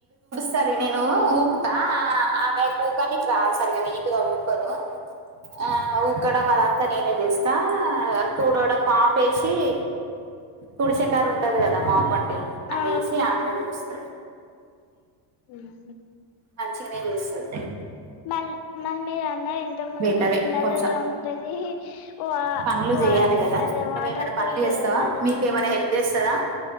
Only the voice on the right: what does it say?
సరే నేను ఊకుతా ఆ ఆమెకి ఊగా నీకు రాదు సరిగనీ నీటుగా ఊకదు ఆ ఊకడమదంతా నేనే జస్తా ఇకా తూడోవడం పాపేసి తుడి సెకాడ ఉంటది కదా మాప అంటే అదేసి
ఆమెనే తుడుస్తది
మంచిగనే చూస్తది
బెటరే
కొంచెం
పనులు చెయాలె
కదా
నువ్వేమైన
పనులు
చేస్తావ
మీకేమైనా
హెల్ప్ చేస్తదా